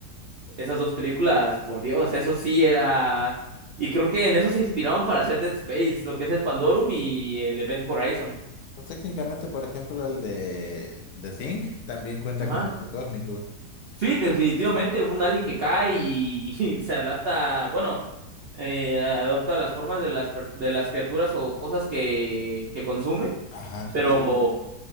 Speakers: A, on the right (about 70°); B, on the left (about 70°).
A: Esas dos películas, por Dios, eso sí era... Y creo que en eso se inspiraron para hacer Dead Space, lo que es el Pandorum y el Event Horizon.
B: Pues técnicamente, por ejemplo, el de The Thing también cuenta
A: Ajá.
B: como horror cósmico.
A: Sí, definitivamente, un alien que cae y, <laughs> y se adapta, bueno, eh, adopta las formas de las, per- de las criaturas o cosas que, que consume,
B: Ajá,
A: pero
B: y
A: ujú,